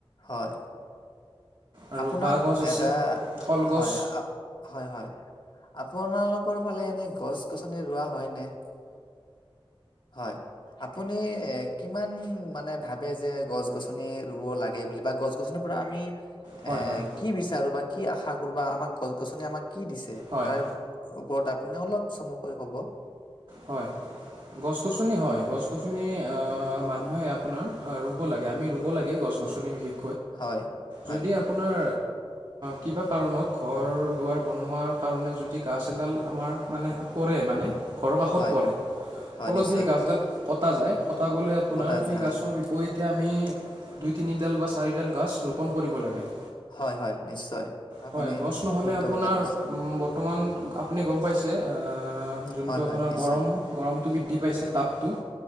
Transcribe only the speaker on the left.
হয়
আপোনাক
এটা
হয় হয় হয় আপোনালোকৰ ফালে এনে গছ গছনি ৰোৱা হয় নে হয় আপুনি এ কিমান মানে ভাবে যে গছ গছনি ৰুব লাগে বুলি বা গছ গছনিৰ পৰা আমি
এ
কি বিচাৰো বা কি আশা কৰো বা আমাক গছ গছনি আমাক কি দিছে
তাৰ ওপৰত আপুনি অলপ চমুকৈ কব
হয় হয়
হয়
হয়
নিশ্চয়
কটা
যায়
হয় হয় নিশ্চয় আপুনি
শুদ্ধ
কথা কৈছে
হয়
হয় নিশ্চয়